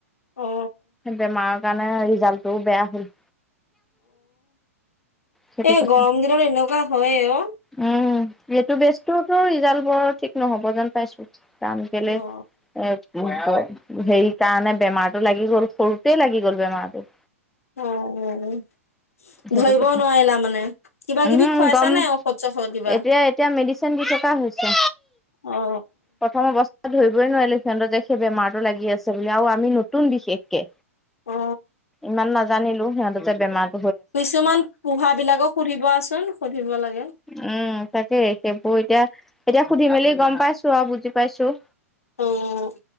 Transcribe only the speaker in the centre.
বেমাৰৰ কাৰণে ৰিজাল্টটোও বেয়া হ'ল সেইটো
কথা
উম এইটো বেস্তটোতো ৰিজাল্ট বৰ ঠিক নহ'ব যেন পাইছো টান কেলে
এ <unintelligible> সেই কাৰণে বেমাৰটো লাগি গ'ল, সৰুতে লাগি গ'ল বেমাৰটো।
সেইটো
কথা
উমহু
গম
এতিয়া এতিয়া মেডিচিন দি থকা হৈছে,
প্ৰথম অৱ ধৰিবই নোৱাৰিলো সিহঁতৰ যে সেই বেমাৰটো লাগি আছে বুলি, আও আমি নতুন বিশেষকে।
ইমান নাজানিলো, সিহঁতৰ যে বেমাৰ
উম তাকেই, সেইবোৰ এতিয়া এতিয়া সুধি মেলি গম পাইছো আৰু বুজি পাইছো।